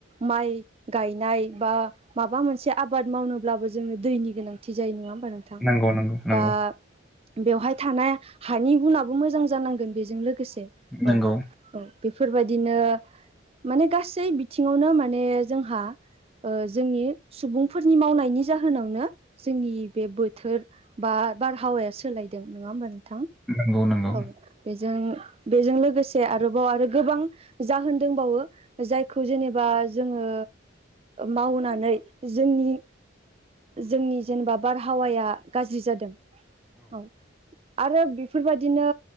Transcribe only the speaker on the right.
माइ गायनाय बा माबा मोनसे आबाद मावनो अब्लाबो जोङो दैनि गोनांथि जायो नङा होमबा नोंथां
बा बेवहाय थानाय हानि गुनाबो मोजां जानांगोन बेजों लोगोसे
औ औ बेफोरबायदिनो माने गासै बिथिङावनो माने जोंहा ओ जोंनि सुबुंफोरनि मावनाय बिनि जाहोनावनो जोंनि बे बोथोर बा बारहावाया सोलायदों नङा होमबा नोंथां
औ बेजों बेजों लोगोसे आरोबाव आरो गोबां जाहोन दोंबावो जायखौ जेनेबा जोङो मावनानै जोंनि जोंनि जेनेबा बारहावाया गाज्रि जादों औ आरो बेफोरबायदिनो